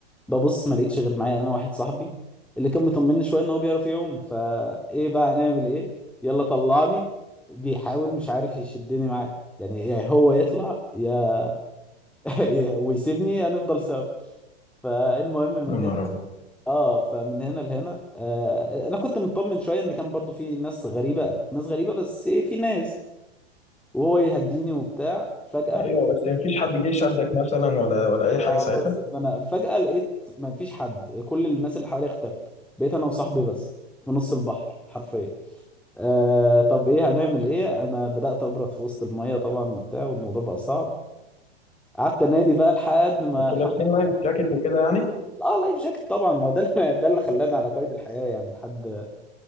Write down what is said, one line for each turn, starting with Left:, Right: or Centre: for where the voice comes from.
Centre: ببص ما لقيتش غير معايا انا واحد صاحبي اللي كان مطمني شوية ان هو بيعرف يعوم فايه بقى هنعمل ايه يلا طلعني بيحاول مش عارف يشدني معاه يعني يا هو يطلع يا <laughs> ويسيبني هنفضل سوا فالمهم من
Left: يا نهار
Centre: هنا
Left: أبيض.
Centre: اه فمن هنا لهنا آه انا كنت مطمن شويه ان كان برضو في ناس غريبه ناس غريبه بس إيه، في ناس وهو يهديني وبتاع فجاه
Left: ايوه بس مفيش حد جه شدك مثلا ولا ولا اي
Centre: آه
Left: حاجه ساعتها
Centre: بص انا فجاه لقيت ما فيش حد كل الناس اللي حواليا اختفت بقيت انا وصاحبي بس في نص البحر حرفيا آه طب ايه هنعمل ايه انا بدات ابرد في وسط الميه طبعا وبتاع والموضوع بقى صعب قعدت انادي بقى لحد ما
Left: كنتوا
Centre: الحمد
Left: لابسين لايف جاكيت وكده يعني
Centre: اه لايف جاكيت طبعا ما هو ده اللي <laughs> ده اللي خلاني على قيد الحياه يعني لحد